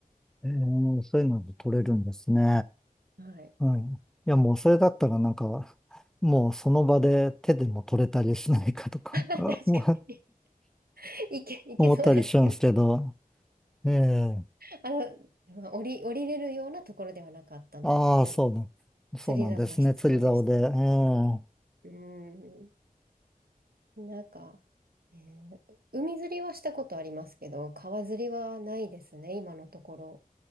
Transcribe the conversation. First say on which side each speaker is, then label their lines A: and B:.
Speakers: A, in the centre; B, on the right.
A: ええ、そういうので取れるんですね。
B: はい。
A: はい。いや、もうそれだったらなんか、もうその場で手でも取れたりしないかとか、
B: <laughs>
A: <laughs>
B: 確かに。
A: もう
B: いけ、いけそうですけど。
A: 思ったりしるんですけど。ええ。
B: あの、まあ、降り、降りれるようなところではなかったので、
A: ああ、
B: やっぱり
A: そうな、そうなんですね。
B: 釣り竿は必要でしたね。
A: 釣り竿で。ええ。
B: うん。なんか、えー海釣りはしたことありますけど、川釣りはないですね、今のところ。